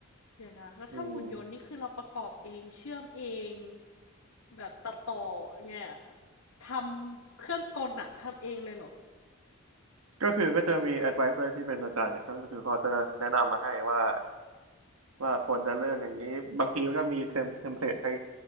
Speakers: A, on the left; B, on the right.
A: เดี๋ยวนะแล้วถ้าหุ่นยนต์นี่คือเราประกอบเองเชื่อมเอง
B: อืม
A: แบบตัดต่อไงอะทำเครื่องกลอะทำเองเลยเหรอ
B: ก็คือก็จะมี advisor ที่เป็นอาจารย์นะครับก็คือเขาจะแนะนำมาให้ว่าว่าควรจะเริ่มอย่างนี้บางทีก็มีเทมเทมเพลตให้